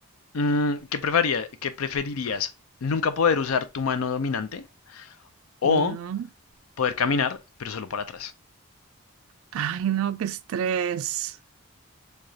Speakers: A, on the left; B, on the right.
A: mm, ¿qué prefería- qué preferirías? ¿Nunca poder usar tu mano dominante o
B: Ya.
A: poder caminar, pero solo para atrás?
B: Ay, no, qué estrés.